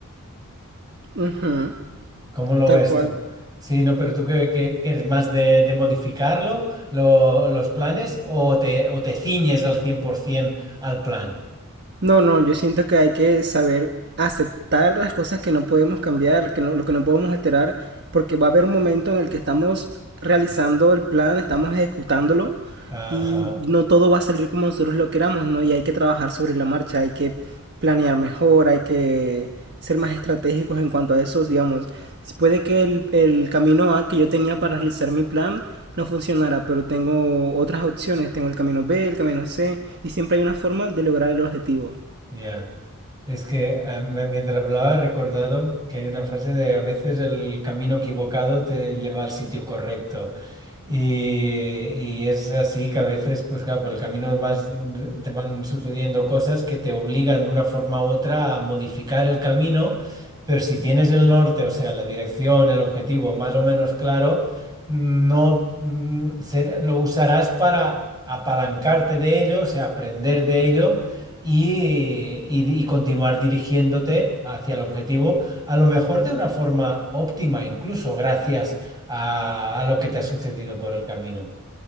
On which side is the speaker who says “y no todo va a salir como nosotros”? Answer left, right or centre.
Right